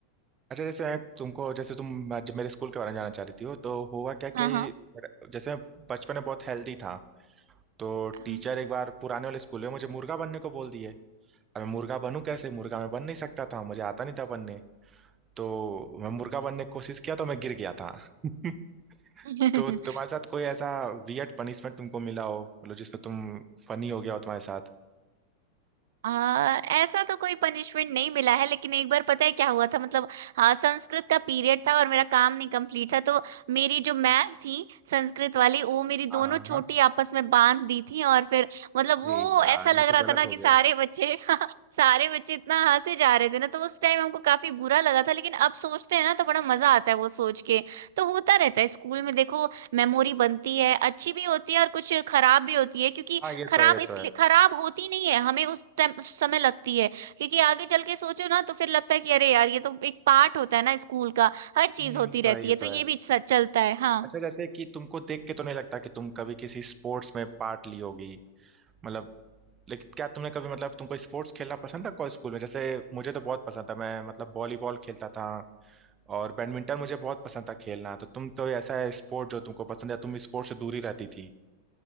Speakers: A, on the right (about 15°); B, on the right (about 75°).
A: अच्छा जैसे मैं तुमको जैसे तुम जब मेरे स्कूल के बारे में जानना चाह रही थी हो तो हुआ क्या क्या
B: हाँ
A: ये मेरा- जैसे मैं बचपन में बहुत हेल्दी था तो
B: हाँ
A: टीचर एक बार पुराने वाले स्कूल में मुझे मुर्गा बनने को बोल दिए अब मैं मुर्गा बनूं कैसे मुर्गा मैं बन नहीं सकता था मुझे आता नहीं था बनने तो मैं मुर्गा बनने की कोशिश किया तो मैं गिर गया था <laughs>
B: <laughs>
A: तो तुम्हारे साथ कोई ऐसा वियर्ड पनिशमेंट तुमको मिला हो मतलब जिसमें तुम फनी हो गया हो तुम्हारे साथ
B: आ, ऐसा तो कोई पनिशमेंट नहीं मिला है लेकिन एक बार पता है क्या हुआ था मतलब हाँ संस्कृत का पीरियड था और मेरा काम नहीं कंप्लीट था तो मेरी जो मैम थी संस्कृत वाली वो मेरी
A: हाँ
B: दोनों चोटी
A: हाँ।
B: आपस में बांध दी थी और फिर मतलब
A: अरे
B: वो
A: यार
B: ऐसा लग
A: ये तो
B: रहा
A: गलत
B: था ना
A: हो
B: कि
A: गया
B: सारे बच्चे <laughs> सारे बच्चे इतना हंसे जा रहे थे ना तो उस टाइम हमको काफी बुरा लगा था लेकिन अब सोचते हैं ना तो बड़ा मजा आता है वो सोच के तो होता रहता है स्कूल में देखो मेमोरी बनती है अच्छी भी होती है और कुछ खराब भी होती है क्योंकि
A: हाँ ये
B: खराब
A: तो है ये
B: इसलिए
A: तो है
B: खराब होती नहीं है हमें उस टाइम उस समय लगती है क्योंकि आगे चल के सोचो ना तो फिर लगता है कि अरे यार ये तो एक पार्ट होता है ना स्कूल का हर चीज
A: हम्म,
B: होती
A: ये
B: रहती
A: तो है ये
B: है
A: तो
B: तो ये
A: है
B: भी सच चलता है हाँ
A: अच्छा जैसे कि तुमको देख के तो नहीं लगता कि तुम कभी किसी स्पोर्ट्स में पार्ट ली होगी मतलब लेकिन क्या तुमने कभी मतलब तुमको स्पोर्ट्स खेलना पसंद था को स्कूल में जैसे मुझे तो बहुत पसंद था मैं मतलब वॉलीबॉल खेलता था और बैडमिंटन मुझे बहुत पसंद था खेलना तो तुम कोई ऐसा है स्पोर्ट जो तुमको पसंद है तुम स्पोर्ट्स से दूरी रहती थी